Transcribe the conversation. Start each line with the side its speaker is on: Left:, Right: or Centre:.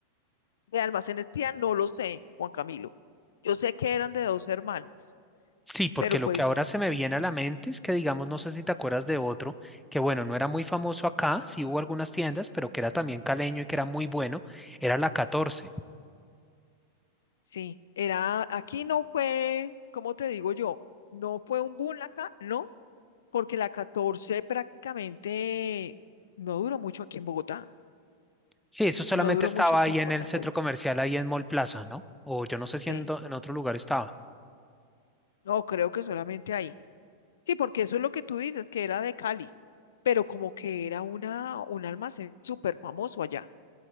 Left: De almacenes tía, no lo sé, Juan Camilo. Yo sé que eran de dos hermanas,
Centre: Sí, porque
Left: pero
Centre: lo
Left: pues
Centre: que ahora se me viene a la mente es que, digamos, no sé si te acuerdas de otro, que bueno, no era muy famoso acá, sí hubo algunas tiendas, pero que era también caleño y que era muy bueno, era la catorce
Left: sí, era, aquí no fue, como te digo yo? No fue un boom acá, no, porque la catorce prácticamente no duró mucho aquí en Bogotá.
Centre: Sí, eso solamente
Left: No duró
Centre: estaba
Left: mucho aquí
Centre: ahí
Left: en Bogotá.
Centre: en el centro comercial, ahí en Mall Plaza, ¿no? O yo no sé
Left: Sí.
Centre: si en, do- en otro lugar estaba.
Left: No, creo que solamente ahí. Sí, porque eso es lo que tú dices, que era de Cali, pero como que era una, un almacén súper famoso allá.